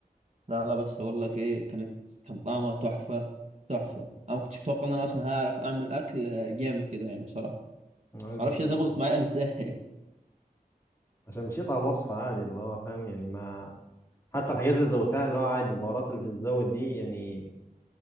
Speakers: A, on the right (about 50°); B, on the left (about 20°).
A: لا لا بس اقول لك ايه كانت كان طعمها تحفة تحفة انا ما كنتش متوقع ان انا اصلا هعرف اعمل اكل آه، جامد كده يعني بصراحة
B: عايزة
A: معرفش
B: بيها.
A: هي ظبطت معايا <laughs> ازاي
B: عشان مشيت على الوصفة عادي اللي هو فاهم يعني ما حتى الحاجات اللي زودتها اللي هو عادي البهارات اللي بتتزود دي يعني